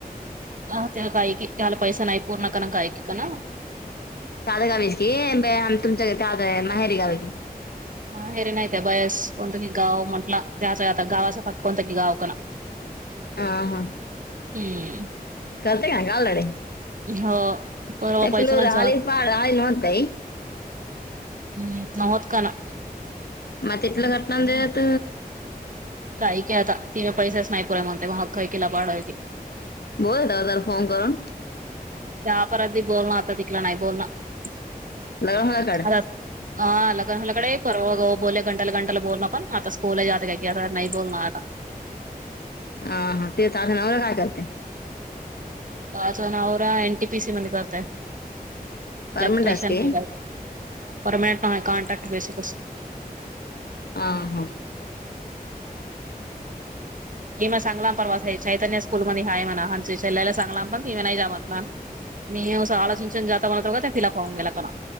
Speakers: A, on the right; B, on the left.
A: हां त्यां गायकी त्यांला पैसा नाहीं पूर्ण कां नां गायकी कां नां
B: ताजं गावीस की तुमच्यां ताजं माहेरी गांवी की
A: माहेरी नाहीत आहे बयांस कोणतं की गावं म्हटलं त्यांचा आंता गावांचा फक्तं कोणतं की गावं कां नां
B: हां हां
A: हम्म
B: करते कां गावं लडे
A: हो परवा
B: ते
A: पैसा
B: फल
A: ना
B: राले
A: जात
B: पां राली नतई
A: हम्मं नव होतं कानां
B: मं तिथलं घटनां देत
A: काही काय आता ति म पैसेच नाही पुरे म्हणते मग खै किला पाढायती.
B: बोल दादाला फोन करून.
A: तेव्हा पण <unintelligible> बोलण आता तिकला नाही बोलण आता.
B: लग्न होला काड
A: हा लग ह लकड पर बोलले घंटाला घंटाला बोलणं पण आता स्कूल जात काय की आता नाही बोलण आता.
B: अ हा ते चाल ना मग नवरा काय करते.
A: काज नव रा एनटी पी सी मध्येकरतय.
B: परमनंट
A: इलेक्ट्रिशियन
B: आहेस की
A: नाही परमानंटनाही कॉन्ट्रॅक्ट बेसिकस.
B: ह हां!
A: हे मग सगलाम परवास हे चैतन्य स्कूल मध्ये हाय म्हणा म्हणाला सांगलाम पण ती म नाही जाव म्हत मी स आलचचून जात म्हणातो क ते फिलापव गेलातान